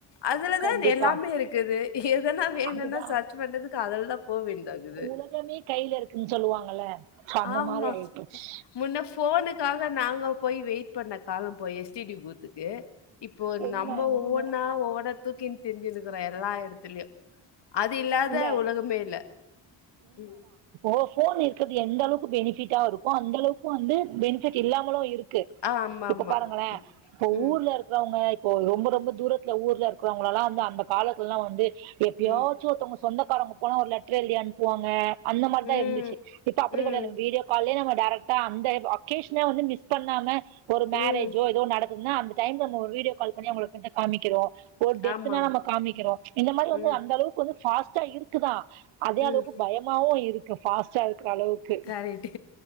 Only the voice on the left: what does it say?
அதுல
தான் எல்லாமே இருக்குது எதனா வேணும்ன்னா
சர்ச் பண்றதுக்கு அதுல தான் போ வேண்டியதா இருக்குது
ஆமா
முன்ன ஃபோனுக்காக நாங்க போய் வெயிட் பண்ண காலம் போய் எஸ் டி டி பூத்துக்கு இப்போ
நம்ம ஒவ்வொன்னா
ஒவ்வொன்ன தூக்கின்னு தெரிஞ்சுன்னுக்கறோம் எல்லா இடத்துலயும் அது இல்லாத
உலகமே இல்ல ம்
ஆ ஆமாமா.
ம்.
ம்.
ம். ம்.
ம்.
ம்.
ஆமாம்.
ம்.
ம்.
ரைட்டு